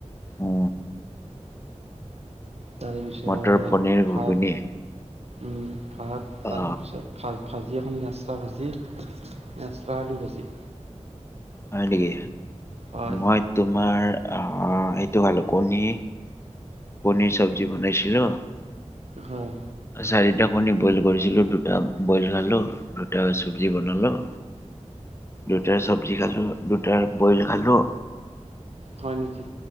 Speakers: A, on the left; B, on the right.
A: উ
B: তাৰে পিছত
A: মটৰ পনীৰ
B: ভাত
A: ঘুগুনি
B: উম ভাত তাৰ
A: অ
B: পিছ ফাল‌ ফাল‌ ভাজি এখন নেচা ভাজি নেচা আলু ভাজি
A: হয় নেকি
B: হয়
A: মই তোমাৰ অ এইটো খালোঁ কণী পনীৰ চব্জি বনাইছিলোঁ
B: হয়।
A: চাৰিটা কণী বইল কৰিছিলোঁ দুটা বইল খালোঁ দুটা চব্জি বনালো দুটাৰ চব্জি খালোঁ দুটাৰ বইল খালোঁ।
B: হয় নিকি?